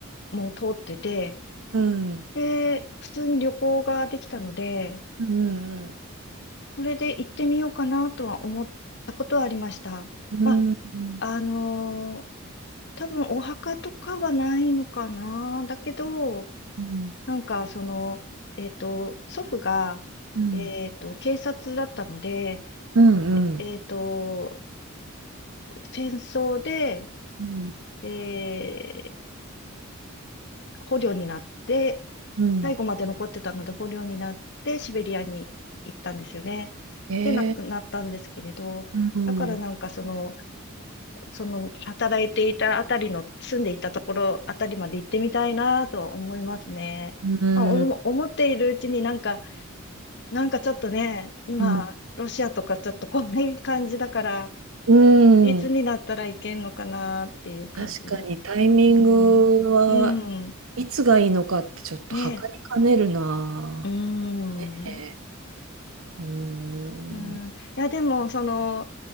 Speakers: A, on the left (about 55°); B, on the right (about 80°).
A: も通ってて、
B: うん。
A: で、普通に旅行ができたので、
B: うん。
A: それで行ってみようかなとは思ったことはありました。
B: うん。
A: まあ、
B: うん。
A: あのー多分お墓とかはないのかな。だけど、
B: うん。
A: なんかその、えっと、祖父が、
B: うん。
A: えっと、警察だったので、
B: うんうん。
A: えっと、戦争で、
B: うん。
A: え捕虜になって、
B: うん。
A: 最後まで残ってたので捕虜になってシベリアに行ったんですよね。
B: えー、
A: で、亡くなったんですけれど、
B: うん。
A: だからなんかその、その働いていたあたりの、住んでいたところあたりまで行ってみたいなと思いますね。
B: う
A: まあおも思っているうちになんか、
B: ん。
A: なんかちょっとね、今、
B: うん。
A: ロシアとかちょっとこんな感じだから、
B: うん
A: いつになったらいけんのかなっていう感じ。
B: 確かにタイミングはいつがいいのかってちょっと測りかねるな。
A: うん。うん。ね。うん。
B: えー、うーん。
A: うん、いや、でも、その、